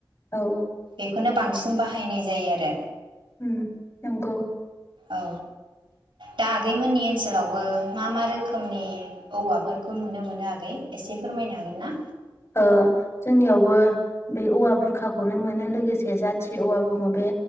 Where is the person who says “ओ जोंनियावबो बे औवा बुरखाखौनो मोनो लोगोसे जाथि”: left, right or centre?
Left